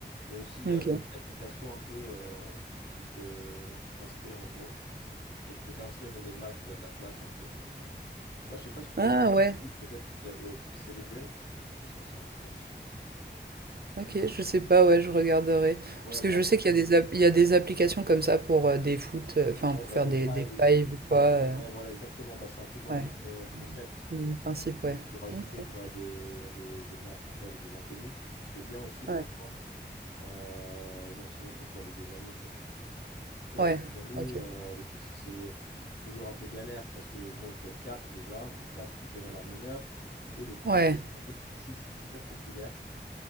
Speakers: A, on the left; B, on the right.
A: Et aussi, il
B: Ok.
A: y a comme une application un peu euh, où tu peux t'inscrire en gros. Et tu peux t'inscrire dans des matchs, il y a de la place un peu comme ça. Bah, je sais pas si tu
B: Ah
A: connais le
B: ouais,
A: foot, peut-être de- euh, Célébreak. Je sais pas si ça, c'est en France.
B: ok, je sais pas, ouais, je regarderai.
A: Ouais,
B: Parce que
A: bah,
B: je sais qu'il y a des, app- il y a des applications comme ça pour euh, des foot, euh, enfin
A: Ouais,
B: pour
A: bah,
B: faire
A: des
B: des,
A: fives
B: des
A: ou des
B: fives
A: trucs comme
B: ou quoi.
A: ça.
B: euh,
A: Ouais, voilà, exactement. Bah, c'est un peu dans
B: Ouais,
A: le même euh, concept.
B: le même principe,
A: Donc, tu peux
B: ouais.
A: juste rajouter
B: Ok,
A: quoi, à des, à des, des matchs un peu avec des inconnus. Ce qui est bien aussi, franchement.
B: ouais,
A: Euh, et non, sinon, surtout avec des amis, quoi. Surtout avec
B: ouais,
A: des amis,
B: ok.
A: euh, le truc, c'est que c'est toujours un peu galère parce que, bon, il faut être quatre déjà. Donc, quatre qui peuvent à la même heure. Et le problème,
B: Ouais,
A: c'est qu'en fait, ici, c'est super populaire.